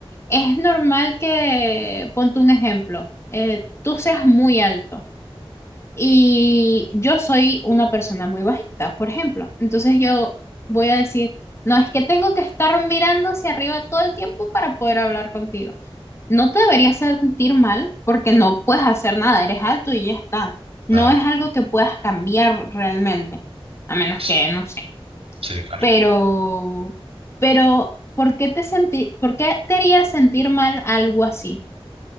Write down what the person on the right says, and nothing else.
Claro,
s-
sí, claro.